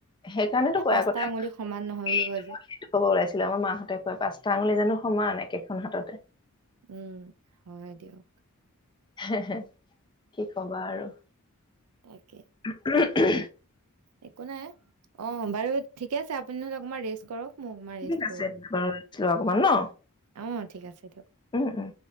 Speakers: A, on the left (about 20°); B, on the right (about 80°).
A: সেইকাৰণেতো
B: এ
A: কয়
B: পাঁচটা
A: আগতে
B: আঙুলি সমান নহয় বুলি
A: সেইটো
B: কয় যে,
A: খব ওলাইছিলো আমাৰ মাহঁতে কয় পাঁচটা আঙুলি জানো সমান একেখন হাততে।
B: উম হয় দিয়ক।
A: হে হে কি কবা আৰু <inaudible>
B: তাকে
A: উমহ
B: একো নাই অ বাৰু ঠিকে আছে আ আপুনি নহ'লে অকণমান ৰেষ্ট কৰক মও অকণমান ৰেষ্ট
A: ঠিক
B: কৰোঁ
A: আছে বাৰু অকমান ন
B: অঁ ঠিক আছে দিয়ক।
A: উম উম